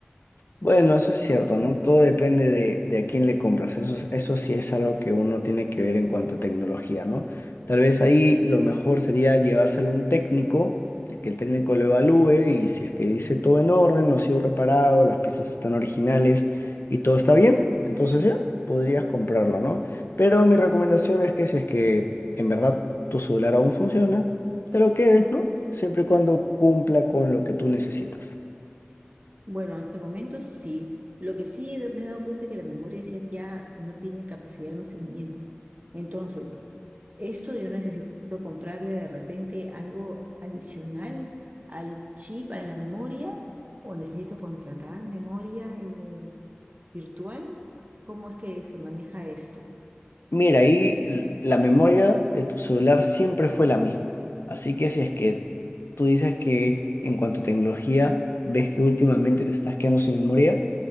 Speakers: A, on the left; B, on the right.
A: Bueno, eso es
B: No
A: cierto,
B: creo
A: ¿no?
B: que
A: Todo depende
B: sea eso.
A: de, de a quién le compras. Eso, es- eso sí es algo que uno tiene que ver en cuanto a tecnología, ¿no? Tal vez ahí
B: Claro.
A: lo mejor sería llevárselo a un técnico, el que el técnico lo evalúe y si es que dice todo en orden, no ha sido reparado, las piezas están originales y todo está bien, entonces ya podrías comprarlo, ¿no? Pero
B: ¿no?
A: mi recomendación
B: Pues,
A: es que si es que en verdad tu celular aún funciona, te lo quedes, ¿no? Siempre y cuando cumpla con lo que tú necesitas.
B: Bueno, hasta el momento sí. Lo que sí he- me he dado cuenta es que la memoria sí ya no tiene capacidad de almacenamiento. Entonces, esto yo necesito comprarle de repente algo adicional al chip, a la memoria, o necesito contratar memoria. eh, virtual. ¿Cómo es que se maneja esto?
A: Mira, ahí l- la memoria de tu celular siempre fue la misma. Así que si es que tú dices que en cuanto a tecnología ves que últimamente te estás quedando sin memoria,